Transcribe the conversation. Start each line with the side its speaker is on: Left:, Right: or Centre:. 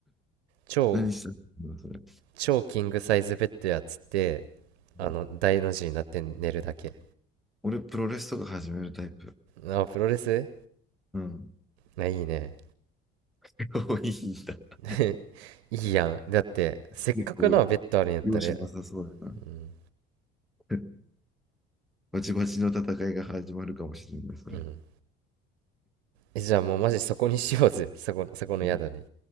Right: 超、
Centre: 何したのそれ。
Right: 超キングサイズベッドやっつって、
Centre: うん
Right: あの、大の字になって寝るだけ。
Centre: 俺、プロレスとか始めるタイプ。
Right: あ、プロレス
Centre: うん。
Right: あ、いいね。
Centre: <laughs> 多いんだ。
Right: <laughs> いいやん。だって、せっかくなベッドあるんやったら、
Centre: 結構、容赦なさそうだな。
Right: うん、
Centre: <laughs> バチバチの戦いが始まるかもしれない、それ。
Right: うん。えじゃあもうマジそこにしようぜ。<laughs> そこの、そこの宿に。
Centre: うん